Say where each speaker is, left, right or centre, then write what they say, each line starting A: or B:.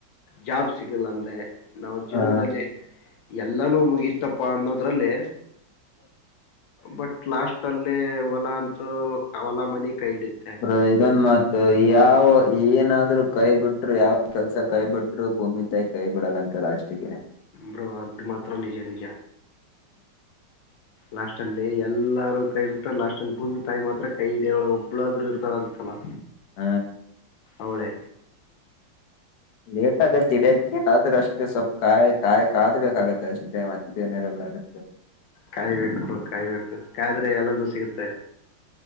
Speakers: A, on the left; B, on the left.
A: ಜಾಬ್ ಸಿಗಿಲ್ಲ ಅಂದ್ರೆ ನಾವ್ ಜೀವಂದಲ್ಲಿ.
B: ಹಾ
A: ಎಲ್ಲಾನೂ ಮುಗಿತಪ್ಪ ಅನ್ನೋದ್ರಲ್ಲಿ ಬಟ್. ಲಾಸ್ಟ್ ಅಲ್ಲಿ ಹೊಲಾ ಅಂತ್ರು ಹೊಲಾ ಮನಿ. ಕೈ ಹಿಡಿತ್ತೆ
B: ಬ್ರೋ ಇದನ್ ಮಾತ್. ಯಾವ್ ಏನಾದ್ರು ಕೈ ಬಿಟ್ರು ಯಾವ್ ಕೆಲ್ಸ ಕೈ ಬಿಟ್ರು ಭೂಮಿ ತಾಯಿ ಕೈ ಬಿಡಲ್ಲ. ಲಾಸ್ಟಿಗೆ.
A: ಬ್ರೋ ಅದ್ ಮಾತ್ರ ನಿಜ ನಿಜ. ಲಾಸ್ಟ್ಲ್ಲಿ ಎಲ್ಲಾರೂ ಕೈ ಬಿಟ್ರ ಲಾಸ್ಟ್ಲ್ಲಿ ಭೂಮಿ ತಾಯಿ ಮಾತ್ರ ಕೈ ಹಿಡಿಯಳು ಒಬ್ಳಾದ್ರು ಇರ್ತಾಳಂತಲಾ.
B: ಹಾ.
A: ಅವ್ಳೆ.
B: ಲೇಟ್ ಆಗತ್ತೆ ಇಡ್ಯಕ್ಕೆ ಆದ್ರ ಅಷ್ಟೇ ಸ್ವಲ್ಪ ಕಾಯ್ ಕಾಯ್ ಕದ್ಬೇಕಾಗತ್ತೆ ಅಷ್ಟೇ ಮತ್ತನ್ ಇರಲ್ಲದು.
A: ಕಾಯ್ಬೇಕ್ ಬ್ರೋ ಕಾಯ್ಬೇಕು ಕಾಯಿದ್ರೆ ಎಲ್ಲಂನು ಸಿಗುತ್ತೆ.